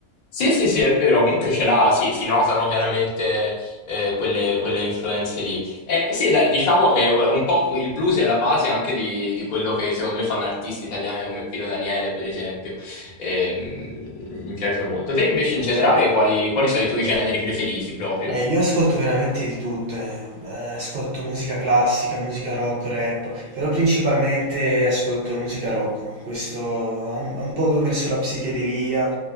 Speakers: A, on the left; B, on the right.
A: Sì, sì, sì, è vero, comunque ce l'ha, sì, si notano chiaramente eh, quelle, quelle influenze lì. Eh, sì, dai, diciamo che un po' il blues è la base anche di, di quello che secondo me fanno artisti italiani come Pino Daniele, per esempio. Ehm, mi piace molto. Te invece in generale
B: Sì.
A: quali, quali sono i tuoi generi preferiti proprio?
B: Eh, io ascolto veramente di tutte, eh, ascolto musica classica, musica rock, rap, però principalmente ascolto musica rock, questo un, un po' verso la psichedelia,